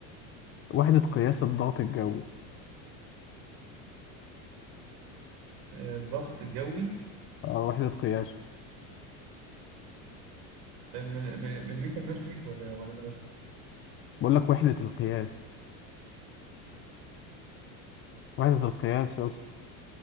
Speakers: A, on the left; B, on the right.
A: وحدة قياس الضغط الجوي
B: آه، الضغط الجوي
A: اه وحدة قياسه
B: الم- م- مليمتر ميركوري ولا ولا انا بك-
A: بقول لك وحدة القياس وحدة القياس يا اسطى